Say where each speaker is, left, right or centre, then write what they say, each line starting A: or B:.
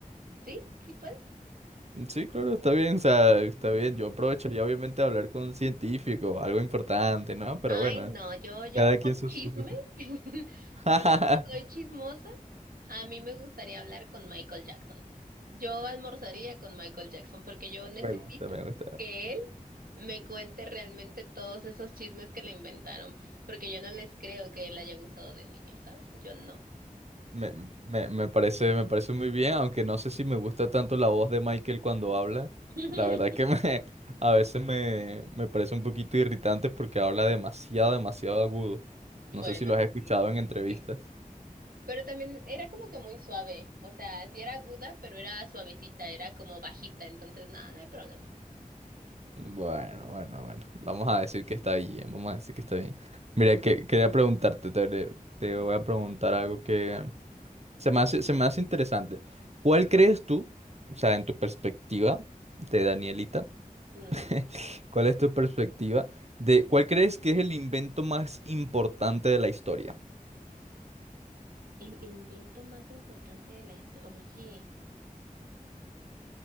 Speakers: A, on the right; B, on the right.
A: ¿Sí? ¿Sí
B: Sí, claro, está bien, o sea, está bien. Yo aprovecharía obviamente hablar con un científico, algo importante, ¿no? Pero
A: Ay,
B: bueno.
A: no, yo, yo
B: Cada quien
A: por
B: sus
A: chisme,
B: sus gustos.
A: <laughs>
B: <laughs>
A: yo porque soy chismosa, a mí me gustaría hablar con Michael Jackson. Yo almorzaría con Michael Jackson porque yo necesito
B: Me gusta, me gusta.
A: que él me cuente realmente todos esos chismes que le inventaron, porque yo no les creo que él haya abusado de niños, ¿sabes? Yo no.
B: Me, me- me parece, me parece muy bien, aunque no sé si me gusta tanto la voz de Michael cuando habla.
A: <laughs>
B: La verdad que me, <laughs> a veces me, me parece un poquito irritante porque habla demasiado, demasiado agudo.
A: Bueno,
B: No sé si lo has escuchado
A: sí,
B: en entrevistas.
A: sí. Pero también era como que muy suave, o sea, sí era aguda, pero era suavecita, era como bajita, entonces nada, no hay problema.
B: Bueno, bueno, bueno. Vamos a decir que está bien, vamos a decir que está bien. Mira, que, quería preguntarte, te, te voy a preguntar algo que Se me hace, se me hace interesante. ¿Cuál crees tú, o sea, en tu perspectiva de Danielita,
A: Ujú.
B: <laughs> cuál es tu perspectiva de cuál crees que es el invento más importante de la historia?
A: El invento más importante de la historia. Oye,